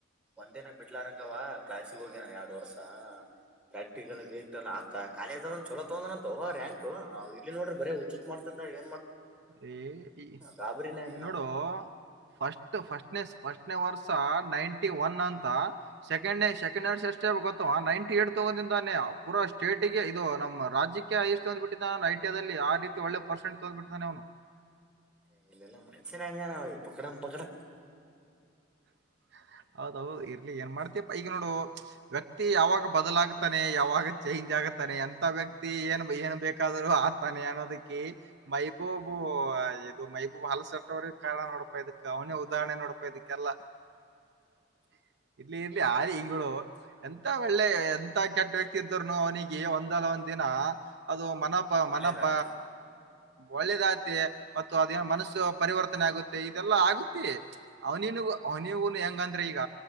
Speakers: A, in the centre; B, on the right.
A: ಒಂದಿನ ಬಿಡ್ಲಾರಂಗವ ಕ್ಲಾಸಿಗ್ ಹೋಗ್ಯನ ಎರ್ಡ್ ವರ್ಷ. ಪ್ರಾಕ್ಟಿಕಲ್ ಬೇಕಲ್ಲ ಆ ಕಾಲೇಜಾಗ್ ಅವ್ನ್ ಚಲೋ ತಗಂದನಂತೋ ರ್ಯಾಂಕ್. ಇಲ್ಲಿ ನೋಡ್ರೆ ಬರ ಹುಚ್ಚುಚ್ಚ್ ಮಾಡ್ತಿದ್ದ ಈಗ.
B: ಲೇ ಈ
A: ಗಾಬರಿನೇ
B: ಈಗ್
A: ಅದೆ ನಾನು
B: ನೋಡು ಫಸ್ಟ್ ಫಸ್ಟ್ನೆಸ್. ಫಸ್ಟ್ನೇ ವರ್ಷ ನೈಂಟಿ ಒನ್ ಅಂತ ಸೆಕೆಂಡ್ನೇ ಸೆಕೆಂಡ್ ವರ್ಷ ಎಷ್ಟೇ ಗೊತ್ತವ ನೈನ್ಟಿ ಯೇಟ್ ಚಿಕ್ಕವನಿಂದಾನೆ ಪುರ ಸ್ಟೇಟ್ಗೆ ಇದು ನಮ್ಮ ರಾಜ್ಯಕ್ಕೆ ಹೈಯೆಸ್ಟು ಓದ್ಬಿಟ್ಟಿದ್ದ ಐ <unintelligible> ಆ ರೀತಿ ಒಳ್ಳೆ ಪರ್ಸೆಂಟ್ ತೋಂದ್ಬಿಟ್ಟಿದ್ದಾನೆ ಅವನು.
A: ಹೇ ಇಲ್ಲೆಲ್ಲ ಮನುಷ್ಯರೆ ಹಂಗೆ ನೋಡಿ ಪಕಡಂ ಪಕಡ.
B: ಹಾ ಹಾ. ಹೌದೌದು ಇರ್ಲಿ ಏನ್ ಮಾಡ್ತಿಯಪ್ಪ ಈಗ ನೋಡು ವ್ಯಕ್ತಿ ಯಾವಾಗ ಬದಲಾಗತಾನೆ ಯಾವಾಗ ಚೇಂಜ್ ಆಗ್ ತಾನೆ ಎಂತ ವ್ಯಕ್ತಿ ಏನ್ ಏನ್ ಬೇಕಾದ್ರು ಆತಾನೆ ಅನ್ನೋದಕ್ಕೆ ಮೈಬೂಬು ಇದು ಮೈಬೂಬ ಹಲ್ಸಟ್ಟವ್ರಿಗೆ ಕಾರಣ ನೋಡಪ್ಪ ಇದಕ್ ಅವನೇ ಉದಾಹರಣೆ ನೋಡಪ್ಪ ಇದಕ್ಕೆಲ್ಲಾ. <inaudible> ಇರ್ಲಿ ಇರ್ಲಿ ಆಲಿ ಈಗಳು ಎಂತ ಒಳ್ಳೆ ಎಂತ ಕೆಟ್ಟ ವ್ಯಕ್ತಿ ಇದ್ದ್ರೂನು ಅವನಿಗೆ ಒಂದ್ ಮುಂದಲ ಒಂದಿನ ಅದು ಮನಪ ಮನಪ.
A: ಒಳ್ಳೇದಾಗ್ತದ
B: ಒಳ್ಳೆದಾಗತಿ ಮತ್ತು ಅದೇನ ಮನಸ್ಸು ಪರಿವರ್ತನೆ ಆಗುತ್ತೆ ಇದೆಲ್ಲಾ ಆಗುತ್ತೆ ಅವನಿನುಗ ನೀವುನು ಹೆಂಗಂದ್ರೆ ಈಗ